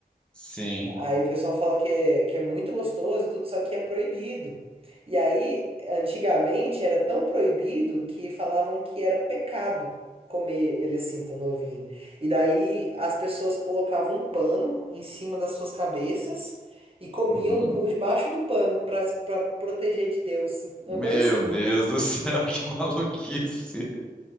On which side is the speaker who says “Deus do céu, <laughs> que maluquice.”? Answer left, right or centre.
Centre